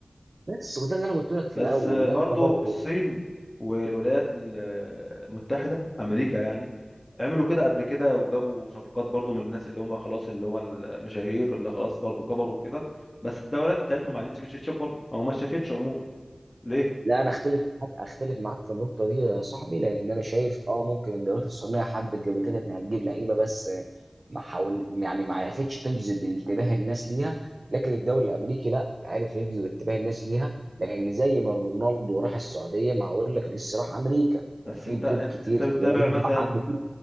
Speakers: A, on the right; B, on the left.
A: بس وده اللي انا قلت لك في
B: بس
A: الاول
B: آه، برضو
A: لما برضه
B: الصين والولايات المتحده امريكا يعني عملوا كده قبل كده وجابوا صفقات برضو من الناس اللي هم خلاص اللي هم المشاهير اللي خلاص برضو كبروا كده بس الدولات بتاعتهم ما عادتش بتشتشب برضو او ما شافتش عموما ليه
A: لا انا اختلف معاك اختلف معاك في النقطه دي يا صاحبي لان انا شايف اه ممكن الدوريات الصينيه حبت قبل كده انها تجيب لعيبه بس ما حاول يعني ما عرفتش تجذب انتباه الناس ليها لكن الدوري الامريكي لا عرف يجذب انتباه الناس ليها لان زي ما رونالدو راح السعوديه ما هقول لك ميسي راح امريكا
B: بس
A: وفي
B: انت
A: نجوم كتير
B: انت بتتابع
A: يعني
B: مثلا
A: راح امريكا